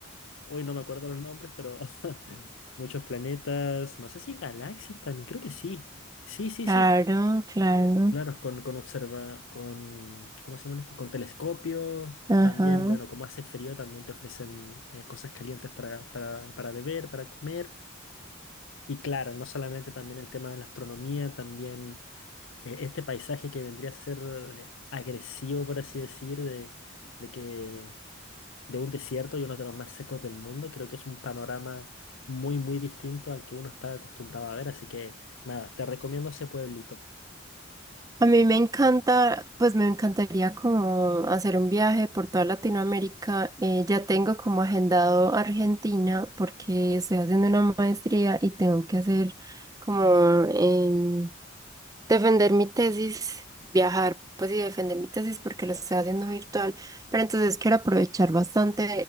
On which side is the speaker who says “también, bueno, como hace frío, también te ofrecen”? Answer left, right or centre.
Left